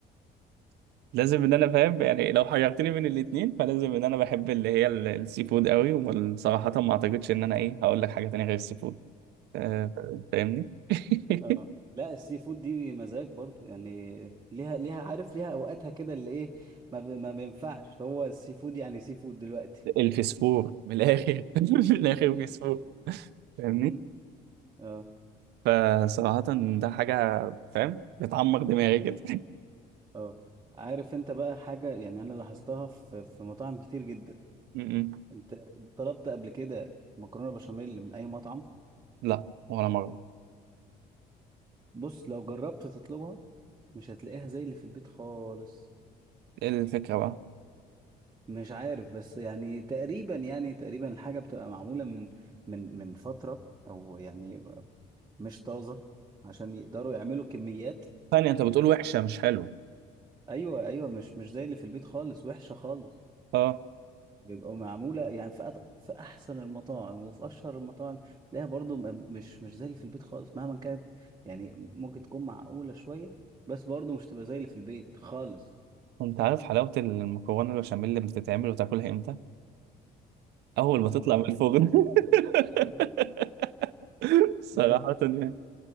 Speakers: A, on the right (about 80°); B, on the right (about 25°).
A: لازم ان انا فاهم يعني لو حيرتني بين الاتنين فلازم ان انا بحب اللي هي ال- السي فود قوي وصراحة ما اعتقدش ان انا ايه هقول لك حاجة تانية غير السي فود آه، فاهمني <laughs>
B: اه لا السي فود دي مزاج برضه يعني ليها ليها عارف ليها اوقاتها كده اللي ايه ما, ب... ما بينفعش هو السي فود يعني سي فود دلوقتي
A: الفسفور من الاخر
B: مم.
A: <laughs> من الاخر
B: مم.
A: فسفور فاهمني
B: مم. اه
A: فصراحة ده حاجة فاهم بتعمر دماغي كده
B: اه عارف انت بقى حاجة يعني انا لاحظتها في في مطاعم كتير جدا
A: <laughs> م- م.
B: انت طلبت قبل كده مكرونة بشاميل من اي مطعم
A: لا ولا مرة
B: بص لو جربت تطلبها مش هتلاقيها زي اللي في البيت خالص
A: ايه الفكرة بقى
B: مش عارف بس يعني تقريبا يعني تقريبا الحاجة بتبقى معمولة من من من فترة او يعني مش طازة عشان يقدروا يعملوا كميات
A: ثانية انت بتقول
B: ف...
A: وحشة مش حلوة
B: ايوه ايوه مش مش زي اللي في البيت خالص وحشة خالص
A: اه
B: بيبقوا معمولة يعني في أط... في احسن المطاعم وفي اشهر المطاعم تلاقيها برضو م- مش مش زي اللي في البيت خالص مهما كانت يعني ممكن تكون معقولة شوية بس برضو مش تبقى زي اللي في البيت خالص
A: انت عارف حلاوة المكرونة البشاميل اللي بتتعمل وتاكلها امتى؟ اول ما
B: اول
A: تطلع
B: ما
A: من الفرن
B: عاملين فول يعني.
A: <laughs>
B: أيوة.
A: صراحة
B: يا
A: يعني